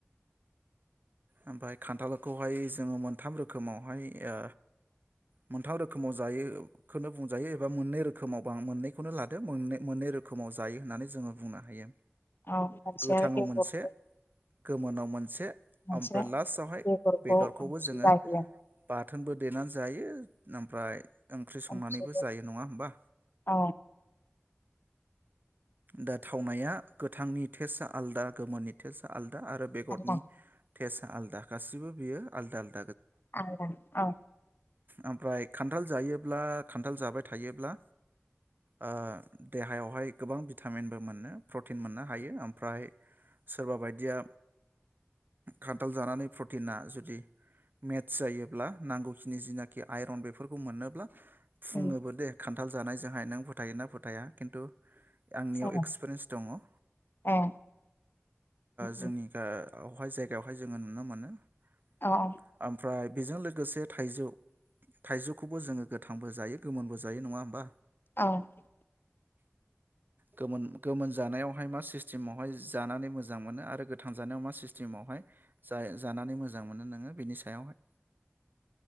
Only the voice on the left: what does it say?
औ मोनसे
आरो बेगरखौ
मोनसे
बेगरखौ
ओंख्रि
जायो
ओंख्रिबो
औ
आलदा
<unintelligible> औ
उम
जाया
ए उम
औ औ
<unintelligible>